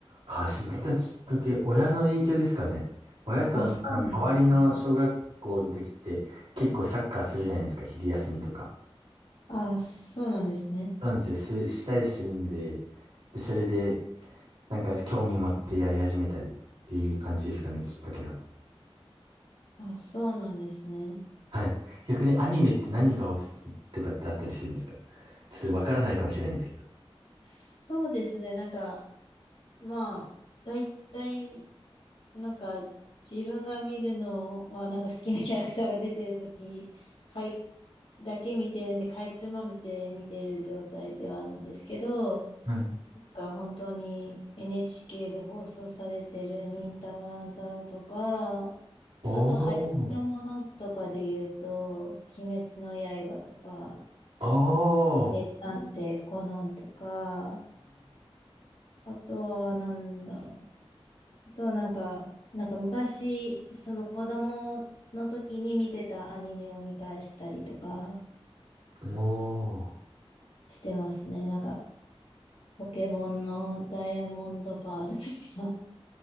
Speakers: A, on the right; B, on the left.
A: 始めたきっかけ、親の影響ですかね。親と、
B: あ、
A: あの、
B: そうなんですね。
A: 周りの小学校の時って、結構サッカーするじゃないですか、昼休みとか。
B: あ、そうなんですね。
A: なんですよ、す、したりするんで、で、それで、なんか興味持ってやり始めたりっていう感じですかね、きっかけは。
B: あ、そうなんですね。
A: はい。逆にアニメって何がお好きとかってあったりするんですかちょっとわからないかもしれないんですけど。
B: そうですね。なんか、まあ、大体、なんか、自分が見るのは、なんか好きなキャラクターが出てるとき、かいつ、だけ見てるんで、かいつまんで見てる状態ではあるんですけど、
A: はい。
B: が本当に NHK で放送されてる忍たま乱太郎とか、
A: おー、
B: あと、流行りのものとかで言うと、
A: おー、
B: 鬼滅の刃とか、
A: おー、
B: 名探偵コナンとか、あとはなんだろうな。あとはなんか、なんか昔、その子供の時に見てたアニメを見返したりとか
A: お
B: してますね。なんか、ポケモンのダイヤモンドパールとか、